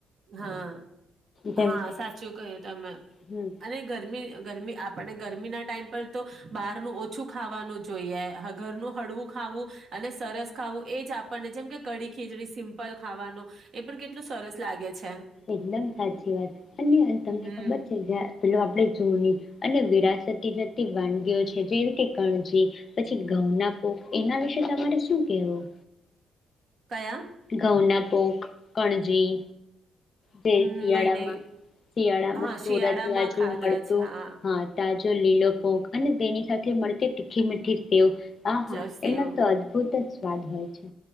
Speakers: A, on the right; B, on the left.
A: હા!
B: જેમ
A: હા
B: કે
A: સાચું કહ્યું તમે
B: હમ
A: અને ગરમી ગરમી આપણને ગરમીના ટાઈમ પર તો બહારનું ઓછું ખાવાનું જોઈએ. ઘરનું હળવું ખાવું અને સરસ ખાવું એજ આપણને જેમ કે કડી ખીચડી સિમ્પલ ખાવાનું એ પણ કેટલું સરસ લાગે છે.
B: એકદમ સાચી વાત અને તમને
A: હમ
B: ખબર છે જ્યાં પેલો આપણેે જુની અને વિરાસતી જતી વાનગીઓ છે જેવી કે કણજી પછી ઘઉંના પોખ એના વિશે તમારે શું કેવું?
A: કયા
B: ઘઉંના, પોખ, કણજી
A: હમ
B: જે શિયાળામાં
A: નહી નહી
B: શિયાળામાં
A: હા
B: સુરત
A: શિયાળામાં
B: બાજુ
A: ખાધા
B: મળતું
A: છે હા
B: હહ તાજું જો લીલો પોખ અને તેની સાથે મળતી તીખી મીઠી તેઓ આ
A: ચ
B: હા
A: સેવ
B: એના તો અદભુત જ સ્વાદ હોય છે.